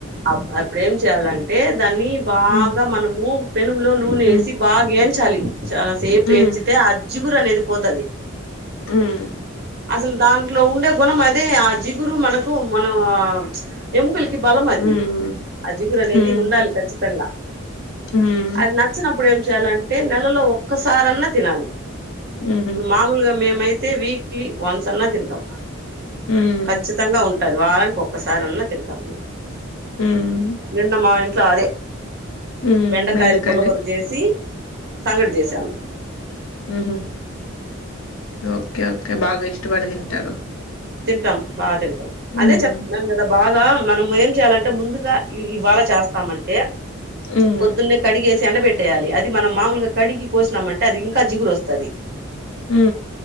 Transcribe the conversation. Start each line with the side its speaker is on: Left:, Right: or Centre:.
Right: అప్ అప్పుడు ఏం చెయ్యాలంటే దాన్ని బాగా
Left: హ్మ్.
Right: మనము పెనం లో నూనె
Left: హ్మ్.
Right: వేసి బాగ యించాలి చాలా సేపు
Left: హ్మ్.
Right: వేయించితే ఆ జ్జిగురు అనేది పోతది
Left: మ్
Right: అసలు దాంట్లో ఉండే గుణం అదే ఆ జిగురు మనకు మనం ఎముకలు బలం అది
Left: హ్మ్.
Right: అ జిగురు అనేది
Left: హ్మ్.
Right: ఉండాలి ఖచ్చితంగా
Left: హ్మ్. హ్మ్.
Right: అది నచ్చనప్పుడు ఎమ్ చేయలంటే నెలలో ఒక్కసారన్నా తినాలి
Left: హుహు.
Right: ఇప్పుడు మామూలుగా మేమైతే వీక్ వీక్లీ వన్స్ అన్నా తింటాం
Left: హ్మ్.
Right: కఖచ్చితంగా ఉ ప్రతీ వారానికి ఒక్కసారి అన్నా తింటాం
Left: హ్మ్.
Right: నిన్న మా ఇంట్లో అదే
Left: హ్మ్.
Right: బెండకాయలు
Left: బెండకాయ.
Right: పుల్లగొర చేసి సంగటి చేసాము
Left: మ్ హూ ఓకే ఓకే బాగా ఇష్టపడి తింటారు
Right: తింటాం బాగా తింటాం అదే
Left: హ్మ్.
Right: చెప్తున్నాను కదా బాగా మనం ఏం చేయాలంటే ముందు రా ఇ-ఇవాళ చేస్తామంటే
Left: హ్మ్.
Right: పొద్దున్నే కడిగే ఎండ పెట్టేయాలి అది మనం మామూలుగా కడిగి కోసినామంటే అది ఇంకా జిగురు వస్తాది
Left: మ్